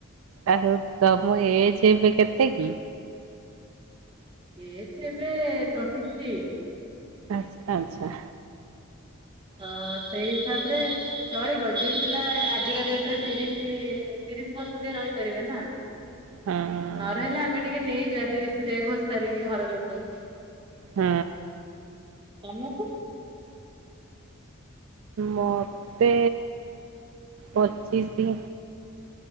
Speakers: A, on the right; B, on the right.
A: <unintelligible> ତମ ଏଜ୍ ଏବେ କେତେ କି?
B: ଏଜ୍ ଏବେ ଟ୍ୱେଣ୍ଟି ଥ୍ରୀ।
A: ଆଚ୍ଛା ଆଚ୍ଛା।
B: ଅ ସେଇ ହିସାବରେ ଚଳିବ ଝିଅ ପିଲା ଆଜିକା ଡେଟ୍ ରେ ତିରିଶ, ତିରିଶ ବର୍ଷ ଯାଏଁ ରହିପାରିବେ ନା।
A: ହଁ
B: ନ ରହିଲେ ଆମେ ଟିକେ ନେଇଯିବା ତିରିଶ ଯାଏଁ ଘୋସାରିକି ଘର ଲୋକଙ୍କୁ।
A: ହୁଁ।
B: ତମକୁ।
A: ମୋତେ ପଚିଶି।